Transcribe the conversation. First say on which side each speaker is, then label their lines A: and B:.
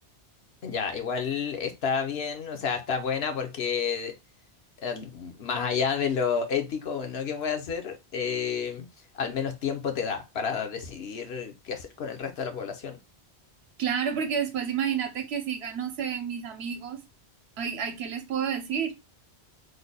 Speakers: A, on the left; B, on the right.
A: Ya, igual está bien, o sea, está buena porque eh, más allá de lo ético o no que puede hacer, eh, al menos tiempo te da para decidir qué hacer con el resto de la población.
B: Claro, porque después imagínate que sigan, no sé, mis amigos. Ay, ay, ¿qué les puedo decir?